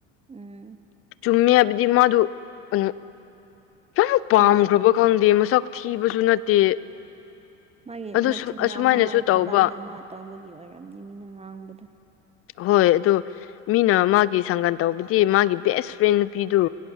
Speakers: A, on the right; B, on the left.
A: ꯎꯝ
B: ꯆꯨꯝꯃꯦ ꯍꯥꯏꯕꯗꯤ ꯃꯥꯗꯨ ꯎꯟ ꯌꯥꯝ ꯄꯥꯝꯈ꯭ꯔꯕ
A: ꯍꯣꯏ
B: ꯈꯪꯗꯦ ꯃꯁꯛ ꯊꯤꯕꯁꯨ ꯅꯠꯇꯦ
A: ꯃꯥꯒꯤ
B: ꯑꯗꯨ
A: ꯃꯆꯤꯟꯅ
B: ꯑꯁꯨꯃꯥꯏꯅꯁꯨ
A: ꯑꯃ ꯍꯥꯏ
B: ꯇꯧꯕ
A: ꯊꯕꯛꯅ ꯑꯃ ꯇꯧꯕꯒꯤ ꯑꯣꯏꯔꯝꯅꯤ ꯃꯤꯅ ꯉꯥꯡꯕꯗꯣ
B: ꯍꯣꯏ ꯑꯗꯣ ꯃꯤꯅ ꯃꯥꯒꯤ ꯁꯪꯒꯟ ꯇꯧꯕꯗꯤ ꯃꯥꯒꯤ ꯕꯦꯁ ꯐ꯭ꯔꯦꯟ ꯅꯨꯄꯤꯗꯨ